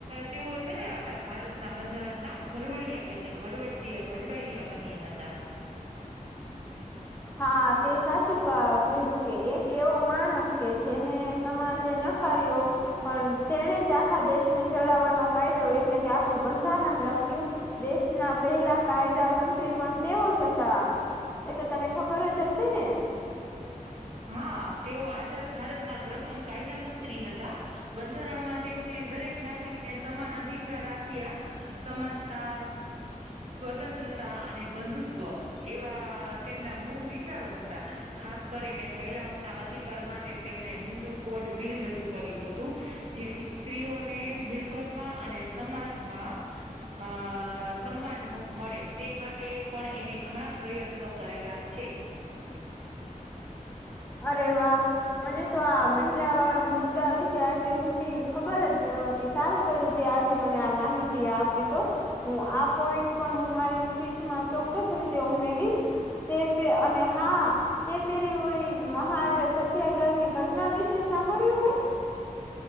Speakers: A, on the right; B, on the left.
A: તેઓ છે ને, આપડા ભારતના બંધારણના ઘરવડિયા બનયા. ઘડવ ઘડભૈયા બન્યા હતા.
B: હા, તે સાચું કીધું કે એક એવો માણસ કે જેને સમાજે નકાર્યો. પણ તેણે જ આખા દેશને ચલાવવાનો કાયદો એટલે કે આપણું બંધારણ લખ્યું. દેશના પેલા કાયદા મંત્રી પણ તેઓ જ હતા. એ તો તને ખબર જ હશે ને?
A: હા તેઓ આઝાદ ભારત ના પ્રથમ કાયદા મંત્રી હતા. બંધારણમાં તેમને દરેક નાગરિકને સમાન અધિકાર આપ્યા, સમાનતા સ્વતંત્રતા અને બંધુત્વ. એવા તેમના મૂળ વિચારો હતા, ખાસ કરીને મહિલાઓના અધિકાર માટે તેમણે હિન્દુ કોડ બિલ રજૂ કર્યું હતું. જેથી સ્ત્રીઓને મિલકતમાં અને સમાજમાં. અ સમાન હો મળે તે માટે પણ એને ઘણા પ્રયત્નો કરેલા છે.
B: અરે વાહ. મને તો આ મહિલા વાળો મુદ્દા વિશે આટલી ઊંડી ખબર જ નતી. સારું કઈ રીતે આજે મને આ માહિતી આપી તો. હું આ પોઈન્ટ પણ હું મારી સ્પીચમાં ચોક્કસ રીતે ઉમેરીશ. તે પે અને હા, તે પેલી વળી મહાડ સત્યાગ્રહ ની ઘટના વિશે સાંભળ્યું હે?